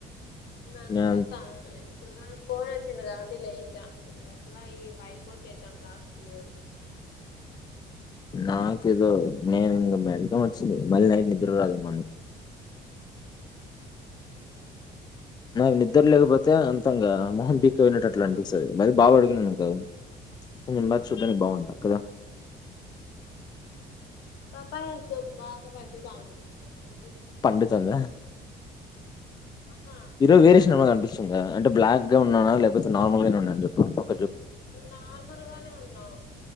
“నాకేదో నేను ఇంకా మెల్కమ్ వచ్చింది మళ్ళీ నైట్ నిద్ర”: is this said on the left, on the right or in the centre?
Left